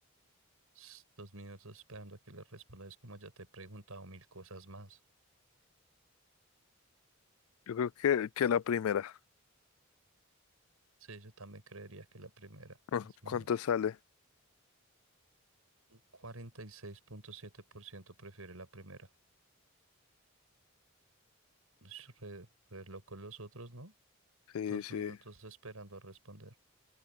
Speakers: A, on the right; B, on the left.
A: s- dos minutos esperando a que le responda. Es como ya te he preguntado mil cosas más.
B: Yo creo que, que la primera.
A: Sí, yo también creería que la primera.
B: <laughs>
A: Es más,
B: ¿Cuánto sale?
A: cuarenta y seis punto siete por ciento prefiere la primera. Ush, Re, re loco los otros, ¿no?
B: Sí,
A: Dos
B: sí,
A: minutos esperando a responder.